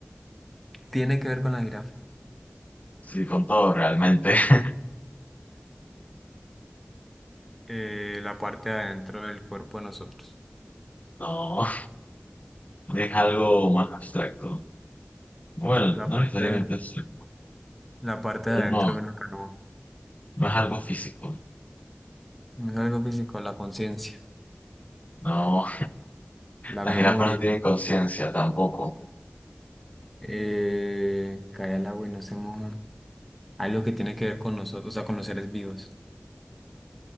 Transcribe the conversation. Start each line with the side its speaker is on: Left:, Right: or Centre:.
Centre: tiene que ver con la jirafa.
Left: Sí, con todo realmente. <laughs>
Centre: Eh, la parte de adentro del cuerpo de nosotros.
Left: No. es algo
Centre: Eh,
Left: más abstracto. Bueno,
Centre: La
Left: no
Centre: parte
Left: necesariamente
Centre: de,
Left: abstracto,
Centre: la parte
Left: pero
Centre: de adentro
Left: no,
Centre: de una canoa.
Left: no es algo físico.
Centre: No es algo físico, la conciencia,
Left: No,
Centre: la
Left: las
Centre: memoria.
Left: jirafas no tienen conciencia tampoco.
Centre: Eh, cae al agua y no se moja. Algo que tiene que ver con nosotros, o sea, con los seres vivos.